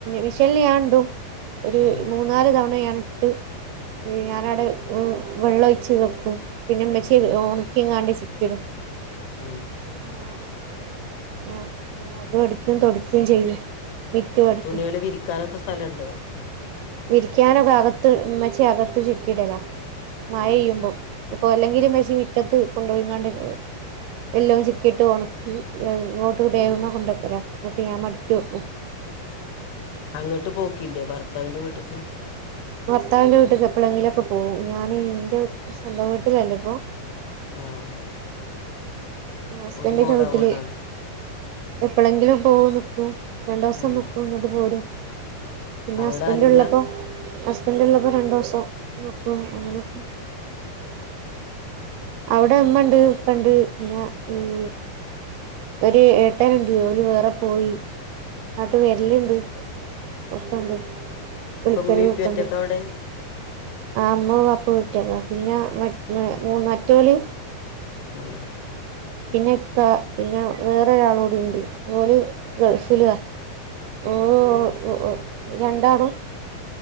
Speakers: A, on the right; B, on the left.
A: മെഷീന ഞാടും ഒരു
B: ആ
A: മൂന്നാല് തവണ ഞൻ ഇട്ട് ഞാനട് ഉം വെള്ളം ഒഴിച്ച് വെക്കും പിന്നെമ്മച്ചി
B: ഉം
A: ഒണക്കികാണ്ട് ചിക്കിടും
B: ഉം
A: ഇന്നെ ഞനാത് ആ ഞാന് അകം അടിക്കും തൊടക്കും ചെയ്യും മിറ്റം അടിക്കും
B: തുണ്യേള് വിരിക്കാനൊക്കെ സലണ്ടോ
A: വിരിക്കാനൊക്കെ അകത്ത് ഇമ്മച്ചി അകത്ത് ചിക്കിടലാ മഴെയ്യുമ്പും
B: ആഹ്
A: ഇപ്പൊ അല്ലെങ്കിലും മ്മച്ചി വിറ്റത്ത് കൊണ്ടോയിക്കാണ്ടി എല്ലാം ചുക്കിയിട്ട് ഒണക്കി ഇങ്ങോട്ട് ദേവമഹ്
B: ആഹ്
A: കൊണ്ടെക്കല ഇന്നട്ട് ഞാൻ മടക്കി വെക്കും.
B: അങ്ങേട്ട് പോക്കില്ലേ ഭർത്താവിന്റെ വീട്ടിക്ക്
A: ഭർത്താവിന്റെ വീട്ടിക്ക് എപ്പളെങ്കിലൊക്കെ പോകും. ഞാനീ എന്റെ സ്വന്തം വീട്ടിലെല്ലിപ്പൊ
B: ആഹ്
A: അഹ് ഹസ്ബന്റിന്റെ
B: ഒരു മോളാവോണ്ടാണ്
A: വീട്ടില് എപ്പളെങ്കിലും പോവു നിക്കും രണ്ടോസം
B: ആഹ്
A: നിക്കും ഇന്നട്ടു പോരും പിന്നെ
B: അവിടെ
A: ഹസ്ബെന്റുള്ളപ്പം
B: ആരുല്ല
A: ഹസ്ബന്റുള്ളപ്പം രണ്ടോസം നിക്കും അങ്ങനൊക്കെ അവിടെ ഉമ്മണ്ട് ഇപ്പണ്ട് പിന്നെ ഈഹ് ഒരു ഏട്ടൻ ഇണ്ട് ഓല് വേറെ പൊയി നാട്ടു വെര്ല്ണ്ട്
B: ആഹ്
A: ഒക്കൊണ്ട്. വുളിക്കലു
B: ഇപ്പം ഇമ്മീം ഇപ്പിം
A: ഒക്കണ്ട്
B: ഒറ്റക്കാ അവിടെ
A: ആ ഇമ്മ വാപ്പ വെട്ട്യേത പിന്നെ മറ്റ് ഏഹ് മറ്റോല്‌.
B: ആഹ്
A: പിനി ഇക്കാ പിന്നെ വേറെ ഒരാളൂടിണ്ട്. ഓല് ഗൾഫ്‌ ല്വ ഓഹ്
B: ആഹ്
A: ഓ ഉം രണ്ടാളും